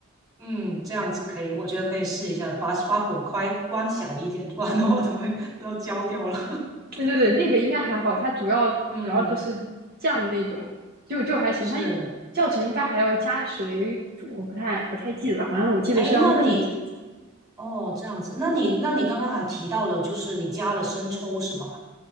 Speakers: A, on the right; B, on the right.
A: 嗯，这样子可以，我觉得可以试一下，把把火开关小一点，不然的话都会都要焦掉了，
B: 对对对，那个应该还好，它主要主要就是酱那种，
A: <laughs> 嗯，
B: 就就还行。
A: 是。
B: 它教程应该还要加水煮，我不太不太记得，好像我记得是要焖一下。
A: 哎，那你哦这样子，那你那你刚刚还提到了，就是你加了生抽是吧？